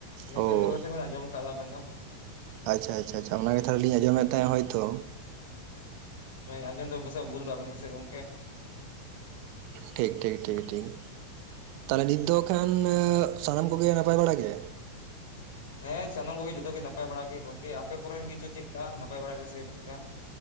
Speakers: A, on the left; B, on the right.
A: ᱤᱱᱟ.
B: ᱚ
A: ᱠᱟᱹᱢᱤ ᱡᱚᱢᱡᱟᱜᱼᱟ ᱵᱤᱱ ᱫᱚ
B: ᱟᱪᱪᱷᱟ ᱟᱪᱷᱟ ᱟᱪᱪᱷᱟ ᱚᱱᱟᱜᱮ ᱛᱟᱦᱚᱞᱮ ᱞᱤᱧ ᱟᱡᱚᱢᱮᱫ ᱛᱟᱦᱮᱸᱦᱳᱭᱛᱚ
A: ᱟᱸᱧᱡᱚᱢ ᱫᱟᱥᱮ ᱵᱩᱞ ᱜᱟᱱ ᱵᱮᱥᱤᱱ ᱜᱚᱢᱠᱮ
B: ᱴᱷᱤᱠ ᱴᱷᱤᱠ ᱴᱷᱤᱠ ᱴᱷᱤᱠ ᱛᱟᱦᱚᱞᱮ ᱱᱤᱛ ᱫᱚ ᱠᱷᱟᱱ ᱥᱟᱱᱟᱢ ᱠᱚᱜᱮ ᱱᱟᱯᱟᱭ ᱵᱟᱲᱟ ᱜᱮ
A: ᱦᱮᱸ ᱥᱟᱱᱟᱢ ᱠᱚᱜᱮ ᱡᱚᱛᱚ ᱜᱮ ᱱᱟᱯᱟᱭ ᱵᱟᱲᱟᱜ ᱜᱮ ᱜᱚᱝᱠᱮ ᱟᱯᱮ ᱠᱚᱨᱮᱱ ᱜᱮ ᱪᱚ ᱪᱮᱫᱞᱮᱠᱟ ᱱᱟᱯᱟᱭ ᱵᱟᱲᱟᱜᱮ ᱥᱮ ᱪᱮᱫᱠᱟ